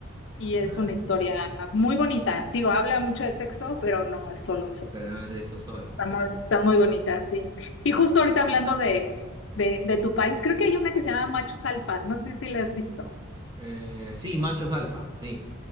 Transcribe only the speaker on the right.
Ah,
pero no es de eso solo,
ok.
bueno.
Eh, sí, machos alfa, sí.